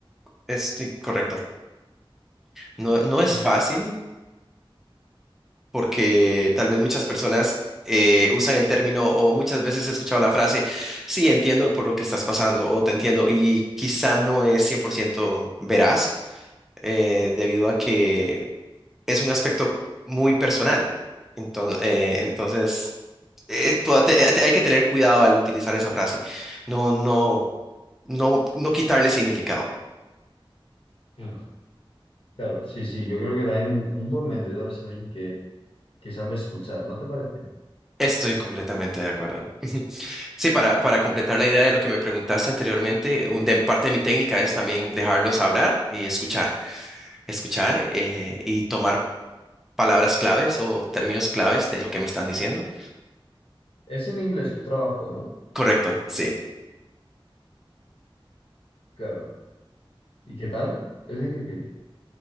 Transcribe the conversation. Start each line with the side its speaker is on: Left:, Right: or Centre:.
Centre: Es sí, correcto. No, no
Left: Sí,
Centre: es fácil,
Left: sí.
Centre: porque tal vez muchas personas eh, usan el término o muchas veces he escuchado la frase, sí, entiendo por lo que estás pasando o te entiendo y quizá no es 100% veraz eh, debido a que es un aspecto muy personal. Entonces, entonces eh, tú- te- te- hay que tener cuidado al utilizar esa frase, no, no, no, no quitarle significado.
Left: Claro. Claro, sí, sí. Yo creo que también un, un buen vendedor es alguien que, que sabe escuchar, ¿no te parece?
Centre: Estoy completamente de acuerdo. <laughs> Sí, para, para completar
Left: Creo
Centre: la idea
Left: que es,
Centre: de lo que me preguntaste anteriormente, u- de parte de mi técnica es también dejarlos hablar y escuchar, escuchar eh, y tomar palabras claves o términos claves de lo que me están diciendo.
Left: Es en inglés tu trabajo, ¿no?
Centre: Correcto, sí.
Left: Claro. ¿Y qué tal? Es difícil.